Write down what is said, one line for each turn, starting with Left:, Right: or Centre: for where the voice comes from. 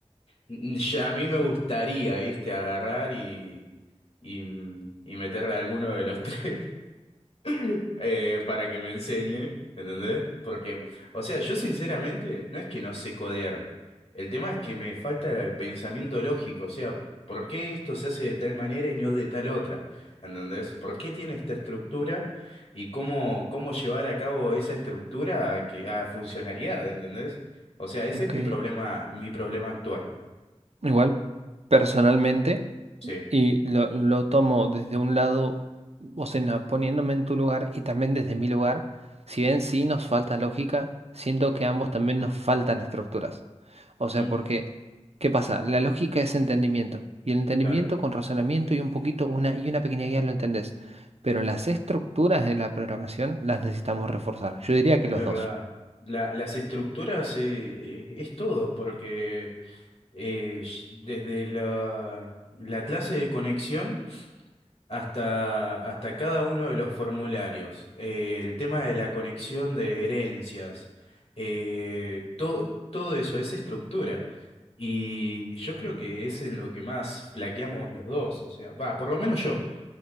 Left: ya a mí me gustaría, viste, agarrar y, y, y meterle a alguno de los <laughs> tres. <laughs> eh, para que me enseñe, ¿entendés? Porque, o sea, yo sinceramente no es que no sé codear. El tema es que me falta el pensamiento lógico, o sea, ¿por qué esto se hace de tal manera y no de tal otra? ¿Entendés? ¿Por qué tiene esta estructura y cómo, cómo llevar a cabo esa estructura a, que, a funcionalidad, ¿entendés? O sea, ese
Right: Ok.
Left: es mi problema, mi problema actual.
Right: Igual, personalmente,
Left: Sí,
Right: y lo, lo tomo desde un lado, o sea, na- poniéndome en tu lugar y también desde mi lugar, si bien sí nos falta lógica, siento que a ambos también nos faltan estructuras. O sea,
Left: Mm,
Right: porque, ¿qué pasa? La lógica es entendimiento, y el entendimiento
Left: claro,
Right: con razonamiento y un poquito, una y una pequeña guía lo entendés, pero las estructuras de la programación las necesitamos reforzar. Yo diría que
Left: es
Right: los
Left: verdad.
Right: dos.
Left: La- las estructuras eh, es es todo, porque... eh, sh- desde la, la clase de conexión hasta, hasta cada uno de los formularios, eh, el tema de la conexión de herencias, eh, to- todo eso es estructura. Y yo creo que es en lo que más flaqueamos los dos, o sea, va, por lo menos yo.